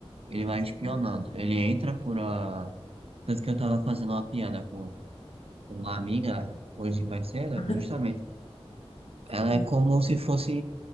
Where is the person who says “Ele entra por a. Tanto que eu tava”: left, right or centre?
Right